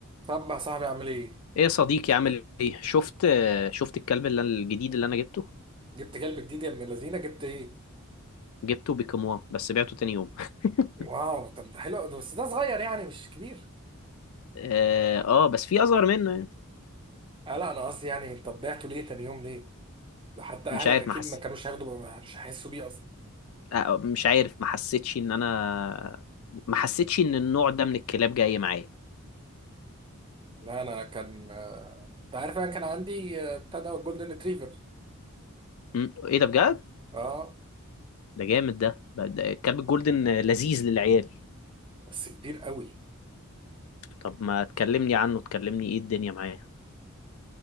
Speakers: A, on the right; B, on the left.
A: طب يا صاحبي اعمل ايه
B: ايه يا صديقي عامل ايه شفت شفت الكلب اللي أنا- الجديد اللي انا جبته
A: جبت كلب جديد يا ابن اللذينه جبت ايه
B: جبته بكمواه بس بعته تاني يوم <laughs>
A: واو طب ده حلو ده- بس ده صغير يعني مش كبير
B: اه آه، بس في اصغر منه يعني
A: آه لا انا قصدي يعني طب بعته ليه تاني يوم ليه ده حتى اهلك
B: مش عارف
A: اكيد
B: ما حس...
A: ما كانوش هياخدوا ما- مش هيحسوا بيه اصلا
B: آه مش عارف ما حسيتش ان انا ما حسيتش ان النوع ده من الكلاب جاي معايا
A: لا انا كان آه، انت عارف انا كان عندي آه، بتاع ده جولدن ريتريفر
B: مم، ايه ده بجد
A: اه
B: ده جامد ده ب- ده الكلب الجولدن لذيذ للعيال
A: بس كبير قوي
B: طب ما تكلمني عنه تكلمني ايه الدنيا معاه